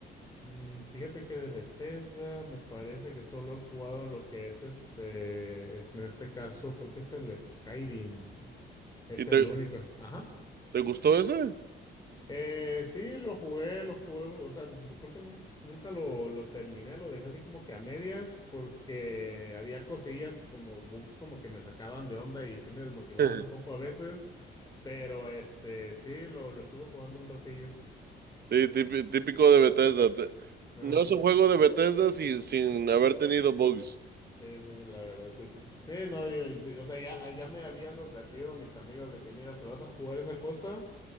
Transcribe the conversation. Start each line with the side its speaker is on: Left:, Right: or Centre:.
Left: Mm, fíjate que de Bethesda me parece que solo he jugado lo que es este, es, en este caso creo que es el Skyrim. Es
Right: ¿Y te,
Left: el único. Ajá.
Right: te gustó ese?
Left: Eh, sí, lo jugué, lo jugué, o sea, no- creo que nun- nunca lo, lo terminé, lo dejé así como que a medias porque había cosillas como bugs como que me sacaban de onda y sí me desmotivaban
Right: <laughs>
Left: un poco a veces, pero este, sí, lo, lo estuve jugando un ratillo.
Right: Sí, típi- típico de Bethesda. Te-
Left: Ajá.
Right: No es un juego de Bethesda sin, sin haber tenido bugs.
Left: Sí, sí, la verdad que sí. Sí, no, yo, yo- o sea, ya, ya me habían advertido mis amigos de que, mira, si vas a jugar esa cosa.